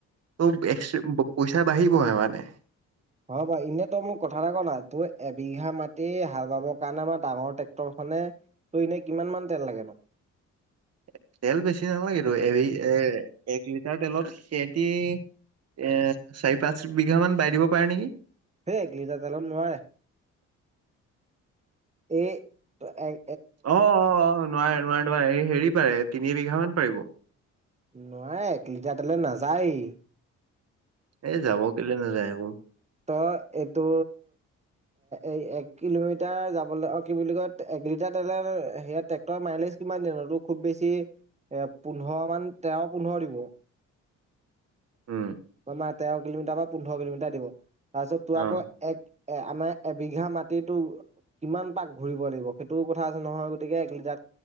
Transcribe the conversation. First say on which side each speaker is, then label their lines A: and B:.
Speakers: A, on the right; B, on the right.
A: ত এক পইচা বাঢ়িবহে মানে।
B: হয় বাৰু এনেই তই মোক কথা এটা ক না, তোৰ এবিঘা মাটি হাল বাবৰ কাৰণে আমাৰ ডাঙৰ ট্ৰেক্টৰ খন মানে তই এনে কিমান মান তেল লাগে নো?
A: <inaudible> তেল বেছি নালাগেতো এ এ এক লিটাৰ তেলত সেতি এ চাৰি পাঁচ বিঘা মান বাই দিব পাৰে নেকি?
B: সেই এক লিটাৰ তেলত নোৱাৰে এই এক
A: অ অ নোৱাৰে নোৱাৰে নোৱাৰে হেৰি পাৰে তিনি বিঘা মান পাৰিব।
B: নোৱাৰে এক লিটাৰ তেলত নাযায়য়েই।
A: এই যাব কেলে নাযায় আকৌ।
B: ত এইটো এ এক কিলোমিটাৰ যাবলৈ অ কি বুলি কয় এক লিটাৰ তেল সেয়া ট্ৰেক্টৰ মাইলেজ কিমান দিনৰ খুব বেছি এ পোন্ধৰ মান তেৰ পোন্ধৰ দিব।
A: উম।
B: অ মাৰ তেৰ কিলোমিটাৰ বা পোন্ধৰ কিলোমিটাৰ দিব তাৰপিছত তোৰ
A: অ
B: আকৌ এক এ আমাৰ এবিঘা মাটিতো কিমান পাক ঘূৰিব লাগিব সেইটোও কথা আছে নহয়। গতিকে এক লিটাৰ